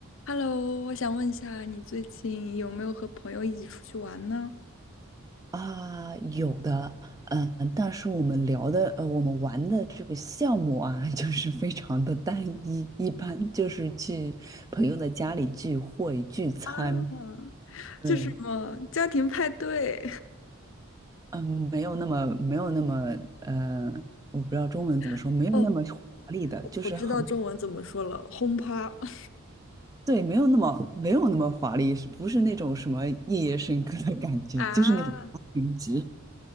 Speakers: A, on the left; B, on the right.
A: Hello，我想问一下，你最近有没有和朋友一起出去玩呢？
B: 啊，有的，嗯，但是我们聊的，呃，我们玩的这个项目啊，<laughs> 就是非常的单一，一般就是去朋友的家里聚会聚餐，
A: 啊，
B: 嗯
A: 这是什么家庭派对？
B: 嗯，没有那么没有那么，呃，我不知道中文怎么说，
A: <laughs>
B: 没有那么华丽的，
A: 哦，
B: 就是很，
A: 我知道中文怎么说了，轰趴。<laughs>
B: 对，没有那么没有那么华丽，是不是那种什么夜夜笙歌的感觉，
A: 啊，
B: 就是那种花瓶局。